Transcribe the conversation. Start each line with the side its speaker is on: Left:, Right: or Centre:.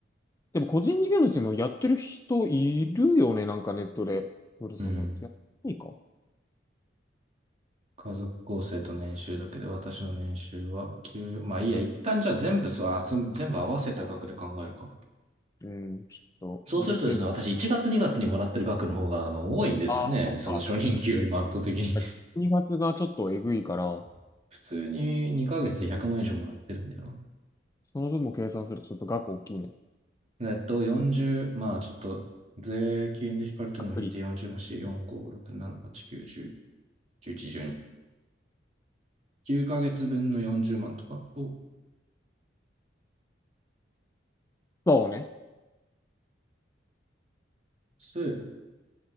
Left: でも個人事業主もやってる人いるよね、なんかネットで。ブルさんの、
Right: うん。
Left: やいいか。
Right: 家族構成と年収だけで、私の年収は給与、まあいいや、一旦じゃあ全部そう、集め、全部合わせた額で考えるか。
Left: うん、ちょっと
Right: そうするとですね、
Left: YouTube、
Right: 私1月2月にがつにもらってる額の方があの多いんですよね。
Left: あー、
Right: その初任給よりも圧倒的に。
Left: そうか。2月がちょっとえぐいから、
Right: <laughs> 普通に2ヶ月で100万以上もらってるんだよ
Left: その分も計算するとちょっと額大きいね。
Right: な。えっと、40、まあちょっと税金で引かれてるのを引いて40万し、
Left: 隔離
Right: 4、5、6、7、8、9、10、11、12。9ヶ月分の40万とかと、
Left: そうね。
Right: 数、